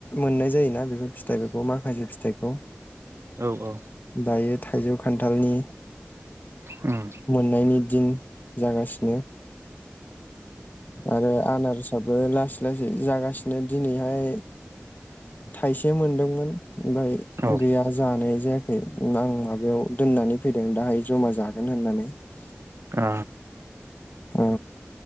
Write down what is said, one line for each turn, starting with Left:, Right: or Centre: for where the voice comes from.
Left: मोननाय जायोना बेफोर फिथाइफोरखौ माखासे फिथाइखौ
Right: औ औ।
Left: दायो थाइजौ खान्थालनि
Right: उम।
Left: ननायनि दिनो जागासिनो आरो आनारसाबबो लास लासै जागासिनो दिनैहाय थाइसे मोनदोंमोन ओमफ्राय
Right: औ
Left: गैया जानाय जे आं माबायाव दोननानै फैदों दाहाय जमा जागोन होननानै <unintelligible>
Right: आ
Left: ओ